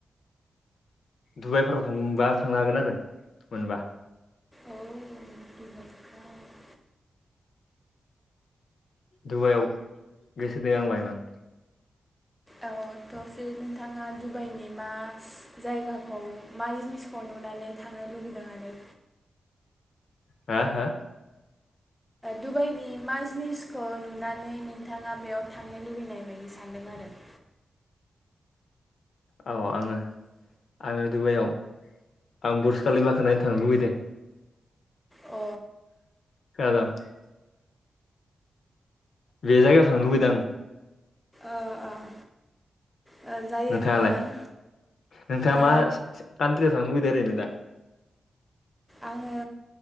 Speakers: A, on the left; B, in the centre.
A: डुबाइफोराव थांबा थांनो हागोन आरो मोनबा।
B: औ बिबारखौ
A: डुबाइआव गोसो दं आं बायमोन।
B: औ। नोंथाङा डुबाइनि मा जायगाखौ मा जिनिसखौ नुनानै थांनो। लुबैदों आरो।
A: हा हा।
B: डुबाइनि मा जिनिसखौ नुनानै नोंथाङा बेयाव थांनो लुबैनाय बायदि सानदों आरो। <inaudible>
A: औ आंङो आंङो डुबाइयाव। आं ब्रुसखालिबाखो नायनो थांनो लुबैदों।
B: अ।
A: <inaudible> बे जायगायाव थांनो लुबैदों आं।
B: ओ ओ जायो
A: नोंथाङालाय
B: मोजां
A: नोंथाङा
B: ओ
A: मा कान्ट्रियाव थांनो लुबैदों ओरैनो दा।
B: आङो